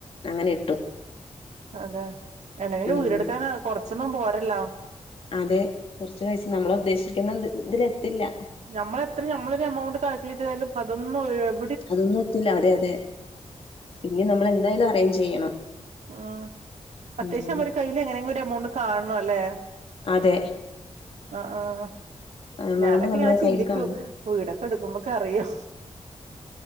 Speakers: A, on the left; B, on the right.
A: അങ്ങനെ ഇട്ടു
B: അതെ എന്നെങ്കിലും
A: ഉം
B: വീടെടുക്കാനാണ് കൊർച്ചൊന്നും പോരല്ലോ?
A: അതെ കോർച്ച് വയസ്സ് നമ്മള് ഉദ്ദേശിക്കുന്ന ഇതിലെത്തില്ല
B: നമ്മളെത്ര നമ്മളൊരു <unintelligible>
A: അതൊന്നും എത്തില്ല അതെ അതെ പിന്നെ നമ്മൾ എന്തായാലും അറേഞ്ച് ചെയ്യണം.
B: ആഹ് അത്യാവശ്യം
A: ഉം
B: നമ്മരെ കയ്യില് എങ്ങനെങ്കിലും ഒരു എമൗണ്ട് കാണണം ല്ലെ
A: അതെ
B: ആഹ് ആഹ്
A: എമൗണ്ട്
B: ഞാനൊക്കെ
A: നമ്മളെ
B: ഇങ്ങനെ
A: കയ്യിൽ
B: ചിന്തിച്ചു
A: കാണും
B: വീടൊക്കെ എടുക്കുമ്പോ കറിയോ